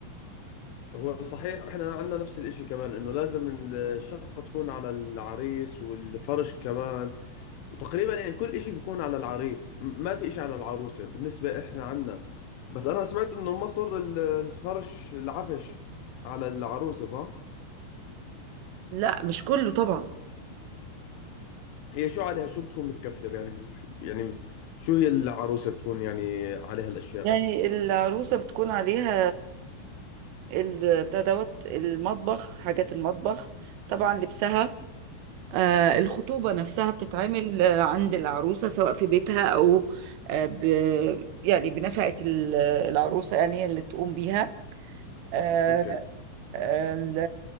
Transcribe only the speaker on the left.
هو صحيح احنا عندنا نفس الاشي كمان انه لازم الشقة تكون على العريس والفرش كمان وتقريبا يعني كل اشي بيكون على العريس م- ما في اشي على العروسة بالنسبة احنا عندنا بس انا سمعت انه مصر ال- الفرش العفش على العروسة صح؟
هي شو عليها شو بتكون متكفلة يعني شو- يعني شو هي العروسة بتكون يعني عليها الأشياء
أوكي